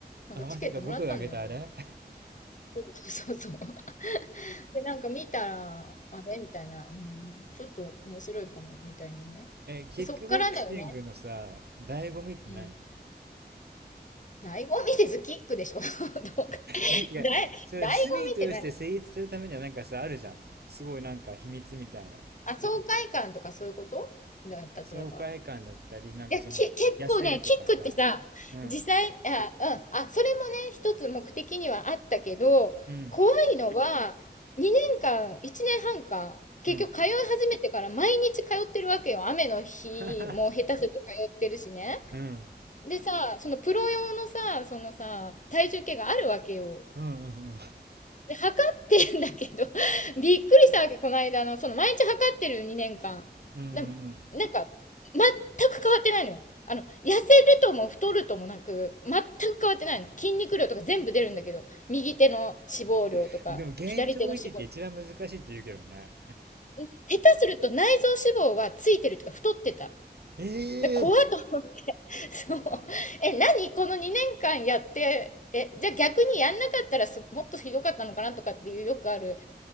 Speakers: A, on the left; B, on the right.
A: なんかチケットもらったんだよね。
B: あ、まさか僕が挙げたあれ
A: そうそうそうそう。<laughs> で、なんか見たら、あれみたいな、うん、ちょっと面白いかも、みたいなね。
B: <laughs> え、キックボクシングのさ、
A: で、そっからだよね。
B: 醍醐味って何
A: うん。醍醐味です、キックでしょ。<laughs> どうか。
B: いや違う。
A: だい、醍醐味
B: それ趣味として成立するためにはなんかさ、
A: って何
B: あるじゃん。すごいなんか秘密みたいな。
A: あ、爽快感とかそういうことだ、例えば。
B: 爽快感だったり、なんかその、
A: いや、き、結構ね、
B: 痩せるとかさ。
A: キックってさ、
B: うん。
A: 実際、あ、うん、あ、それもね、一つ目的にはあったけど、
B: うん。
A: 怖いのは、2年間、1年半か、結局通い始めてから毎日通ってるわけよ。
B: うん。
A: 雨の日も下手すると通ってるしね。
B: <laughs> うん。
A: でさ、そのプロ用のさ、そのさ、体重計があるわけよ。
B: うん。うん。
A: で、測ってんだけど、<laughs> びっくりしたわけ、この間あの、その毎日測ってる2年間。
B: うん。うん。
A: でも、
B: うん
A: なんか、全く変わってないのよ。あの、痩せるとも太るともなく、全く変わってないの。筋肉量とか全部出るんだけど、右手の脂肪量とか、
B: <laughs>。でも現状維持って一番難しいって言うけどね。
A: 左手の脂肪量。下手すると内臓脂肪はついてるとか太ってた。
B: え
A: で、怖っと思って、
B: え
A: <laughs> そう。え、何この2年間やって、え、じゃあ逆にやんなかったらす、もっとひどかったのかなとかっていうよくある